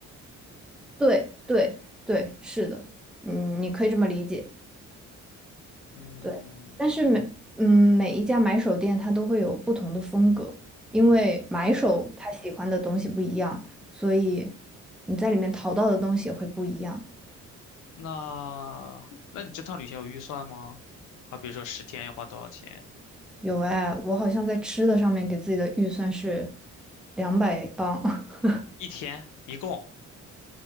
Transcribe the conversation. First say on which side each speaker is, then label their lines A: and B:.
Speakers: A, in the centre; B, on the left (about 90°).
A: 对对对，是的，嗯，你可以这么理解，
B: 嗯，
A: 对。但是每嗯每一家买手店它都会有不同的风格，因为买手他喜欢的东西不一样，
B: 哦，
A: 所以你在里面淘到的东西也会不一样。
B: 那那你这趟旅行有预算吗？好，比如说十天要花多少钱？
A: 有哎，我好像在吃的上面给自己的预算是两百磅，<laughs>
B: 一天一共